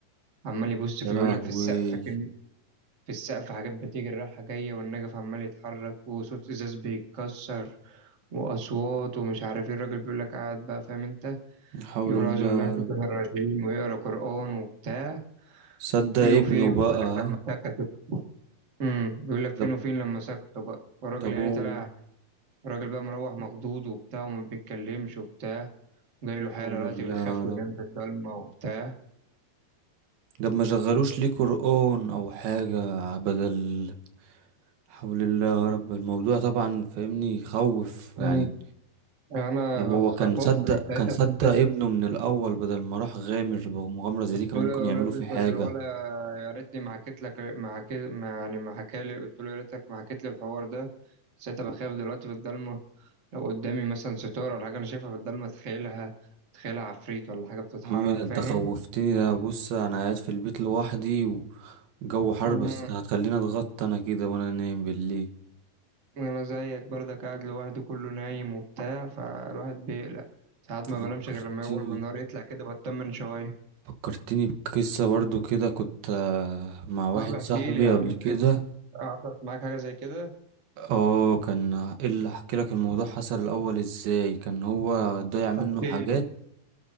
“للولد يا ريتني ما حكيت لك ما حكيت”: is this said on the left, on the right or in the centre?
Right